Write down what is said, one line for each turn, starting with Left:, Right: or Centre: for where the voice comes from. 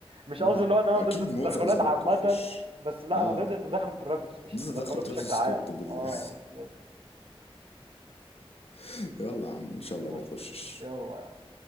Right: مش
Left: اه
Right: قصدي اللي هو ان انا
Left: اكيد
Right: ضد التدخلات
Left: موافق زاروك
Right: عامه
Left: يخش
Right: بس لا
Left: اه
Right: انا ضد تدخل ترافيس مش
Left: ده
Right: التدخلات
Left: تدخل ترافيس
Right: بشكل عام
Left: سكوت بالله
Right: اه بالظبط
Left: <laughs> يلا يا عم ان شاء
Right: يلا
Left: الله ما يخشش
Right: يلا